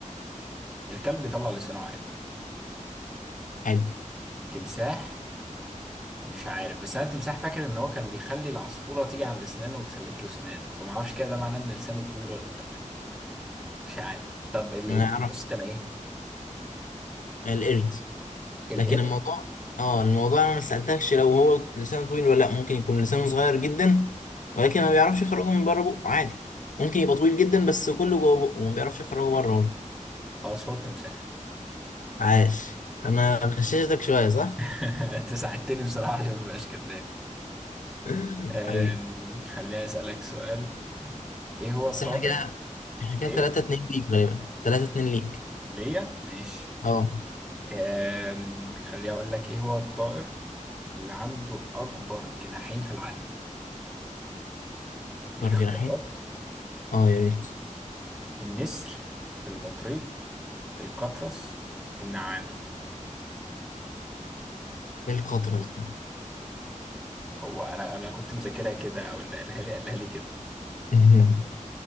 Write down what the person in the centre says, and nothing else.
الكلب بيطلع لسانه عادي
التمساح مش عارف بس أنا التمساح فاكر إن هو كان بيخلي العصفورة تيجي عند أسنانه وتسلك له أسنانه فما أعرفش كده ده معناه إن لسانه طويل ولا لأ مش عارف طب ال-
ال-
بص كان إيه
الإب
خلاص هو التمساح
<laughs> أنت ساعدتني بصراحة عشان مبقاش كداب
أم،
خليني أسألك سؤال إيه هو الطائر
إيه
ليا ماشي
أم، خليني أقول لك إيه هو الطائر اللي عنده أكبر جناحين في العالم ديك
اختيارات
النسر البطريق القطرس النعامة
هو أنا أنا كنت مذاكرها كده أو اللي قالها لي قالها لي كده